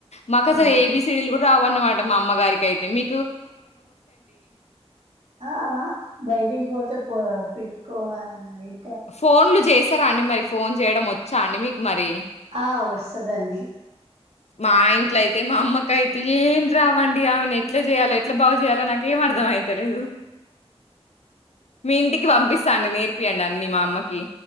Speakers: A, on the left; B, on the right.
A: మా కసలు
B: ఆ
A: ఏబీసీడిలు కూడ రావన్నమాట మా అమ్మగారికి అయితే మీ
B: ఆ ఆ బయటికి పోతే పోఎవ్ పెట్టుకోవ అన్నా హైట్
A: ఫోన్లు చేసి త్తర అండి మరి ఫోన్ చేయడం వచ్చా అండి మీకు మరి
B: ఆ వస్తదండి.
A: మా ఇంట్లో అయితే మా అమ్మక అయితే ఏం రావండి ఆమెను ఎట్లా చేయలో ఎట్లా బాగు చేయయాలో నాక ఏం అర్ధం అయితలేదు. మీ ఇంటికి పంపిస్తాండి నేర్ ఇప్పియండి అన్ని మా అమ్మకి.